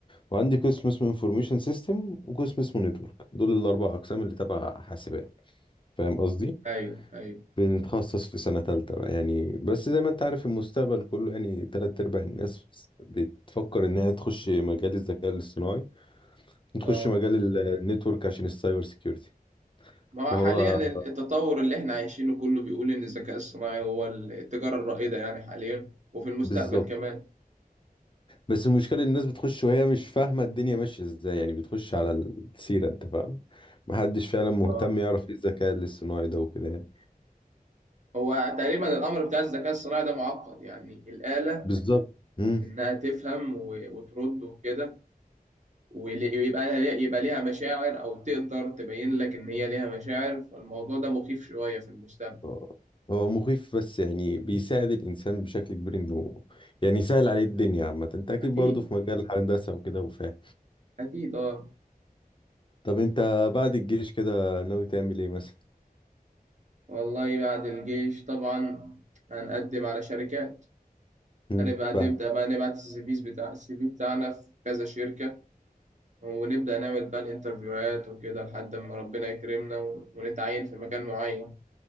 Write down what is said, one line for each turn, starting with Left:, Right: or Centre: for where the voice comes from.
Left: وعندي قسم اسمه انفورميشن سيستم وقسم اسمه نتورك دول الاربع اقسام اللي تبع حاسبات فاهم قصدي
Right: ايوه ايوه
Left: بنتخصص في سنة تالتة بقى يعني بس زي ما انت عارف المستقبل كله يعني تلات ارباع الناس بتفكر انها تخش مجال الذكاء الاصطناعي تخش
Right: اه
Left: مجال النتورك عشان السايبر سيكيورتي
Right: ما
Left: فهو
Right: هو حاليا ال- التطور اللي احنا عايشينه كله بيقول ان الذكاء الصناعي هو التجاره الرائده يعني حاليا وفي المستقبل
Left: بالظبط
Right: كمان
Left: بس المشكلة إن الناس بتخش وهي مش فاهمة الدنيا ماشية ازاي يعني بتخش على السيرة انت فاهم محدش فعلا مهتم
Right: اه
Left: يعرف ايه الذكاء الاصطناعي ده وكده يعني
Right: هو تقريبا الامر بتاع الذكاء الصناعي ده معقد يعني الاله
Left: بالظبط مم.
Right: انها تفهم و- وترد وكده ول- ويبقى لها يبقى ليها مشاعر او تقدر تبين لك ان هي ليها مشاعر فالموضوع ده مخيف شوية في المستقبل
Left: هو هو مخيف بس يعني بيساعد الإنسان بشكل كبير إنه يعني يسهل عليه الدنيا عامة انت أكيد
Right: اكيد
Left: برضه في مجال الهندسة وكده وفاهم
Right: اكيد اه
Left: طب انت بعد الجيش كده ناوي تعمل ايه مثلا؟
Right: والله بعد الجيش طبعا هنقدم على شركات
Left: مم.
Right: هنبقى نبدأ
Left: فاهم
Right: بقى نبعت السيفيز بتاع السي في بتاعنا في كذا شركة ونبدأ نعمل بقى الانترفيوهات وكده لحد ما ربنا يكرمنا و- ونتعين في مكان معين